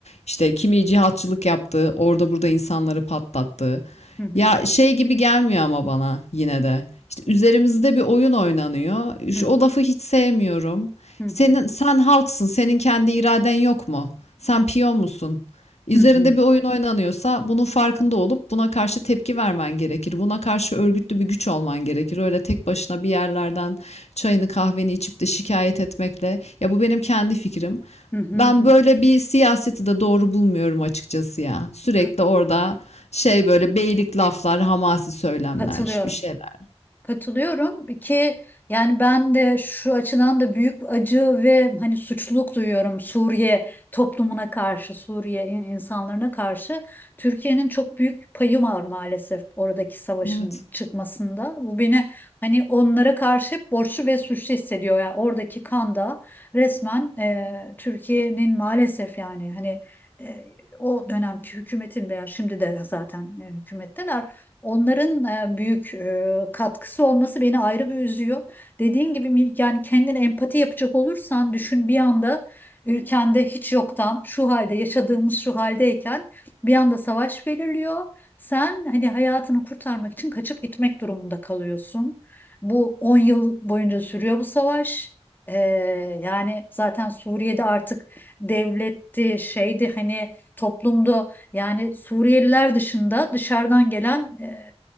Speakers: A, on the left; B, on the left.
A: İşte kimi cihatçılık yaptı, orada burada insanları patlattı.
B: Hı hı.
A: Ya şey gibi gelmiyor ama bana yine de. İşte üzerimizde bir oyun oynanıyor. Şu,
B: Hı hı.
A: o lafı hiç sevmiyorum.
B: Hı
A: Senin
B: hı.
A: sen halksın, senin kendi iraden yok mu? Sen piyon musun? Üzerinde
B: Hı hı,
A: bir oyun oynanıyorsa bunun farkında olup buna karşı tepki vermen gerekir. Buna karşı örgütlü bir güç olman gerekir. Öyle tek başına bir yerlerden çayını kahveni içip de şikayet etmekle ya bu benim kendi fikrim.
B: hı hı,
A: Ben
B: hı.
A: böyle bir siyaseti de doğru bulmuyorum açıkçası ya. Sürekli
B: Ka-
A: orada şey böyle beylik laflar, hamasi söylemler,
B: Katılıyorum.
A: bir şeyler.
B: Katılıyorum ki yani ben de şu açıdan da büyük acı ve hani suçluluk duyuyorum Suriye toplumuna karşı, Suriye in- insanlarına karşı. Türkiye'nin çok büyük payı var maalesef oradaki savaşın
A: Evet,
B: çıkmasında. Bu beni hani onlara karşı hep borçlu ve suçlu hissediyor. Yani oradaki kan da resmen e, Türkiye'nin maalesef yani hani e, o dönemki hükümetin veya şimdi de zaten e, hükümetteler Onların e, büyük e, katkısı olması beni ayrı bir üzüyor. Dediğin gibi mil- yani kendine empati yapacak olursan düşün bir anda ülkende hiç yoktan şu halde yaşadığımız şu haldeyken bir anda savaş belirliyor. Sen hani hayatını kurtarmak için kaçıp gitmek durumunda kalıyorsun. Bu 10 yıl boyunca sürüyor bu savaş. Ee, yani zaten Suriye'de artık devletti, şeydi hani toplumdu yani Suriyeliler dışında dışarıdan gelen e,